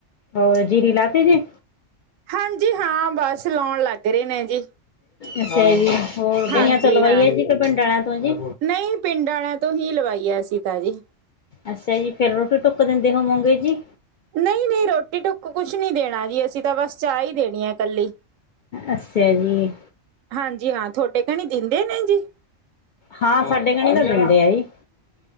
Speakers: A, on the left; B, on the right.
A: ਹੋਰ, ਜੀਰੀ ਲਾਤੀ ਜੀ?
B: ਹਾਂਜੀ ਹਾਂ, ਬਾਸ ਲਾਉਣ ਲਾੱਗ ਰੇ ਨੇ ਜੀ।
A: ਅੱਸਾ ਜੀ। ਹੋਰ, ਭਈਆਂ
B: ਹਾਂਜੀ
A: ਤੋਂ ਲਵਾਈ
B: ਹਾਂ
A: ਆਂ ਜੀ ਕ ਭਿੰਡਰਾ ਤੋ ਜੀ?
B: ਨਹੀਂ ਪਿੰਡ ਵਾਲਿਆਂ ਤੋਂ ਹੀ ਲਵਾਈ ਆ ਅਸੀਂ ਤਾਂ ਜੀ
A: ਅੱਸੇਆ ਜੀ, ਫੇਰ ਰੋਟੀ ਟੁੱਕ ਦਿੰਦੇ ਹੋਮੋਂ ਗੇ ਜੀ?
B: ਨਈ-ਨਈ ਰੋਟੀ ਟੁੱਕ ਕੁਸ਼ ਨੀ ਦੇਣਾ ਜੀ, ਅਸੀਂ ਤਾਂ ਬਾੱਸ ਚਾਹ ਈ ਦੇਣੀ ਆ ਕੱਲੀ।
A: ਅੱਸੇਆ ਜੀ।
B: ਹਾਂਜੀ ਹਾਂ, ਥੋਡੇ ਕਣੀ ਦਿੰਦੇ ਨੇ ਜੀ?
A: ਹਾਂ, ਸਾਡੇ ਕਣੀ ਤਾਂ ਦਿਂਦੇ ਆ ਜੀ।